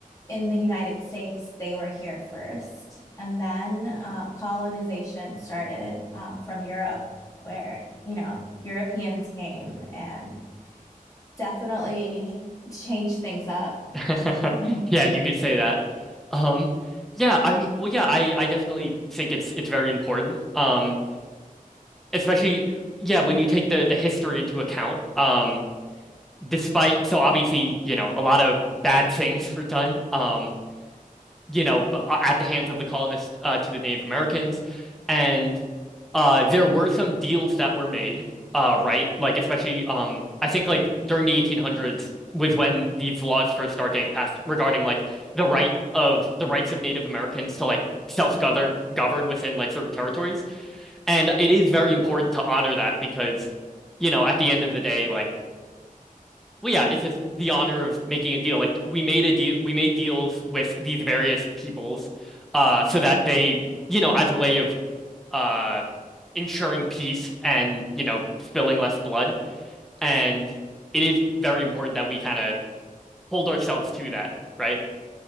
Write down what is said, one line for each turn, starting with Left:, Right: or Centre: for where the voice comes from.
Left: in the United States, they were here first. And then um, colonization started um, from Europe, where, you know, Europeans came and definitely changed things up.
Centre: <laughs>
Left: <laughs>
Centre: Yeah, you could say that. Um, yeah, I mean, well, yeah, I, I definitely think it's it's very important. Um, especially, yeah, when you take the the history into account. Um, despite, so obviously, you know, a lot of bad things <laughs> were done. Um, you know, at the hands of the colonists uh, to the Native Americans. And uh, there were some deals that were made, uh, right? Like, especially, um, I think, like, during the 1800s was when these laws first start getting passed regarding, like, the right of the rights of Native Americans to, like, self-govern govern within, like, certain territories. And it is very important to honor that because, you know, at the end of the day, like, well, yeah, it's just the honor of making a deal. Like we made a deal, we made deals with these various peoples, uh, so that they, you know, as a way of uh ensuring peace and, you know, spilling less blood. And it is very important that we kind of hold ourselves to that, right?